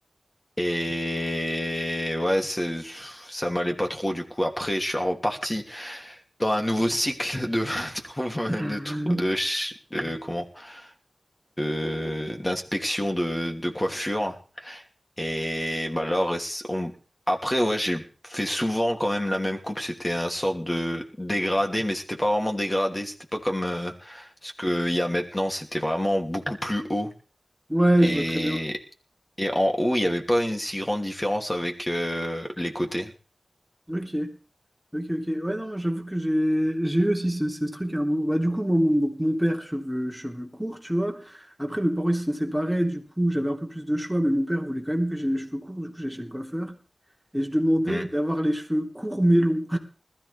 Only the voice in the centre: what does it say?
<laughs>
Ouais,
je vois très bien.
Ok. Ok, ok. Ouais, non, moi j'avoue que j'ai j'ai eu aussi ce, ce truc à un moment. Bah, du coup, moi, mon, donc, mon père, cheveux, cheveux courts, tu vois. Après, mes parents, ils se sont séparés. Du coup, j'avais un peu plus de choix, mais mon père voulait quand même que j'ai les cheveux courts. Du coup, j'ai chez le coiffeur. Et je demandais
d'avoir les cheveux courts mais longs.